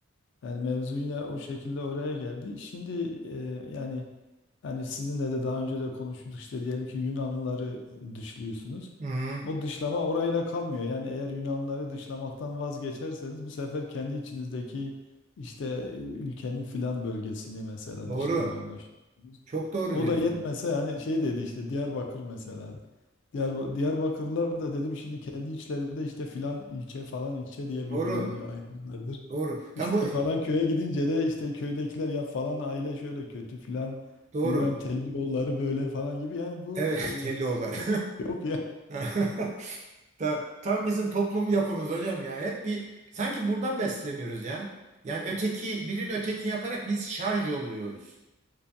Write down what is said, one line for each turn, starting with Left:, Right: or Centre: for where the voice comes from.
Left: Yani mevzu yine o şekilde oraya geldi. Şimdi e, yani yani sizinle de daha önce de konuştuk işte diyelim ki Yunanlıları dışlıyorsunuz.
Right: Hı,
Left: O dışlama orayla kalmıyor. Yani eğer Yunanlıları dışlamaktan vazgeçerseniz bu sefer kendi içinizdeki işte e, ülkenin filan bölgesini mesela
Right: doğru.
Left: dışlamaya başlıyorsunuz.
Right: Çok doğru
Left: O
Right: diyorsun.
Left: da yetmese hani şey dedi işte Diyarbakır mesela. Diyar, Diyarbakırlılar da dedim şimdi kendi içlerinde işte filan ilçe falan ilçe diye
Right: Doğru.
Left: birbirlerini ayırıyorlardır.
Right: Doğru. Tam
Left: İşte
Right: bu
Left: falan köye gidince de işte köydekiler ya falan aile şöyle kötü filan
Right: doğru.
Left: bilmem telli yolları böyle falan gibi. Yani bu
Right: Evet,
Left: e,
Right: <laughs> Telloğullar.
Left: yok ya.
Right: <laughs> Ta- Tam bizim toplum yapımız hocam ya. Hep bir sanki buradan besleniyoruz ya. Yani öteki birini öteki yaparak biz şarj yolluyoruz.